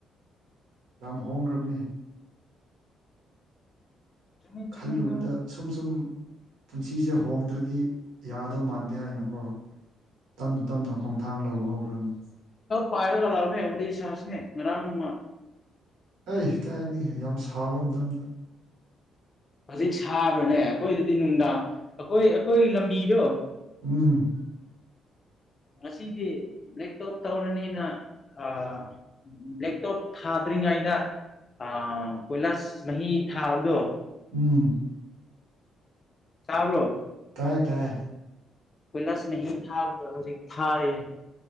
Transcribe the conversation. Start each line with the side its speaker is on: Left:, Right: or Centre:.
Right: ꯌꯥꯝ ꯍꯣꯡꯈ꯭ꯔꯕꯅꯦ
Left: ꯆꯨꯝꯃꯤ
Right: ꯈꯜꯂꯨꯕꯗ
Left: ꯆꯨꯝꯃꯤ ꯅꯪ
Right: ꯁꯨꯝ ꯁꯨꯝ ꯄꯨꯟꯁꯤꯁꯦ ꯍꯣꯡꯗ꯭ꯔꯗꯤ ꯌꯥꯗꯧ ꯃꯥꯟꯗꯦ ꯍꯥꯏꯅꯀꯣ ꯇꯞꯅ ꯇꯞꯅ ꯈꯣꯡꯊꯥꯡ ꯂꯧꯕ ꯍꯧꯈ꯭ꯔꯕꯅꯦ
Left: ꯄꯥꯏꯔꯒ ꯂꯥꯛꯎꯅꯦ ꯋꯥꯔꯤ ꯁꯥꯁꯤꯅꯦ ꯉꯥꯔꯥꯡꯒꯨꯝꯅ
Right: ꯑꯩ ꯀꯥꯏꯗꯒꯤ ꯌꯥꯝ ꯁꯥꯕ ꯃꯇꯝꯗ
Left: ꯍꯧꯖꯤꯛ ꯁꯥꯕ꯭ꯔꯣꯅꯦ ꯑꯩꯈꯣꯏꯗꯗꯤ ꯅꯨꯡꯗꯥꯡ ꯑꯩꯈꯣꯏ ꯑꯩꯈꯣꯏ ꯂꯝꯕꯤꯗꯣ
Right: ꯎꯝ
Left: ꯉꯁꯤꯗꯤ ꯂꯦꯛꯇꯣꯞ ꯇꯧꯔꯅꯤꯅꯥ ꯑꯥ ꯂꯦꯛꯇꯣꯞ ꯊꯥꯗ꯭ꯔꯤꯉꯩꯗꯥ ꯑꯥ ꯀꯣꯏꯂꯥꯁ ꯃꯍꯤ ꯊꯥꯕꯗꯣ
Right: ꯎꯝ
Left: ꯇꯥꯕ꯭ꯔꯣ
Right: ꯇꯥꯌꯦ ꯇꯥꯌꯦ
Left: ꯀꯣꯏꯂꯥꯁ ꯃꯍꯤ ꯊꯥꯕꯗꯣ ꯍꯧꯖꯤꯛ ꯊꯥꯔꯦ